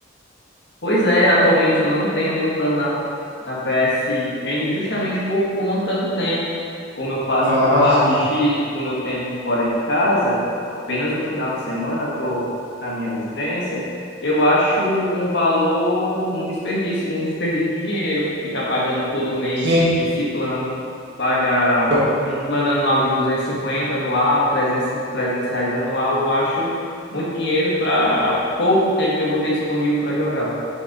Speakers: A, on the left; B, on the right.
A: Pois é, atualmente eu não tenho nenhum plano na, na PSN justamente por conta do tempo. Como eu passo
B: Ah,
A: a maior parte
B: sim.
A: do meu tempo fora de casa, apenas no final de semana estou na minha residência, eu acho um valor, um desperdício, um desperdício de dinheiro ficar pagando todo mês
B: Sim,
A: esse plano, pagar
B: então,
A: um plano anual de 250 anual, 300, 300 reais anual, eu acho muito dinheiro para pouco tempo que eu vou ter disponível para jogar.